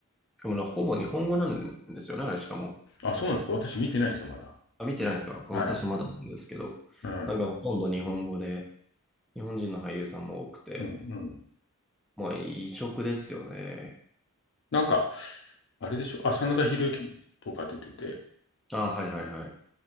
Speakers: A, in the centre; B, on the left.
A: しかもな、ほぼ日本語なんですよね、あれしかも。
B: あ、そうなんですか私見てないんですよ、まだ。
A: あ、見てないですか私まだなんですけど。
B: はい。うん。
A: なんかほとんど日本語で、日本人の俳優さんも多くて、
B: うん、うん。
A: まあ異色ですよね。
B: なんか、あれでしょあ真田広之とか出てて、
A: あ、はいはいはい。